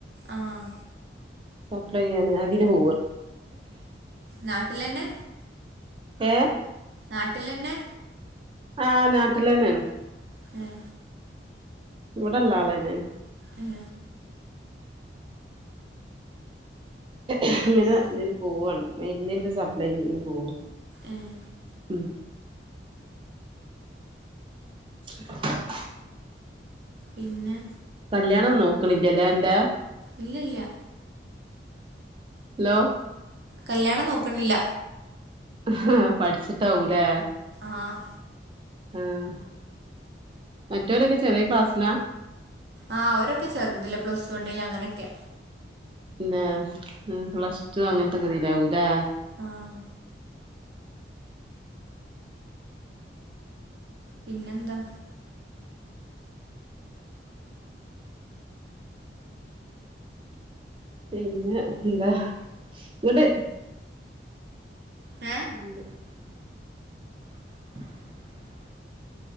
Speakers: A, on the right; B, on the right.
A: ആഹ്
B: സപ്ലൈ ചെയ്യാന് അതിന് പോവും
A: നാട്ടിലന്നെ
B: ഏഹ്
A: നാട്ടിലന്നെ
B: ആഹ് നാട്ടിലെന്നെയാണ്
A: ഉം
B: ഇവടെള്ളാളെന്നേണു
A: ഉം
B: അങ്ങനെ
A: പിന്നെ
B: ഇതിന് പോവണ് മര്ന്നിന്റെ സപ്ലൈ ന് പോവ
A: എഹ്
B: ഉം <inaudible>
A: പിന്നെ
B: കല്യാണം നോക്കണില്ലല്ലേ അന്റെ
A: ഇല്ലല്ല
B: ഹലോ
A: കല്യാണം നോക്കണില്ല
B: ആഹ് പഠിച്ചിട്ടാവുലെ
A: ആഹ്
B: ആഹ് മറ്റോരൊക്കെ ചെറിയ ക്ലാസ്സിലാ
A: ആഹ് അവരൊക്കെ ചെറുതില പ്ലസ് വണ്ണിൽ അങ്ങനെക്കെ
B: പിന്നെ പ്ലസ്ടു അങ്ങനതൊക്കെത്തിലാകും ലെ
A: ആഹ് പിന്നെന്താ
B: പിന്നെ എന്താ ഇങ്ങട്ട് <inaudible>
A: ഏ
B: <inaudible>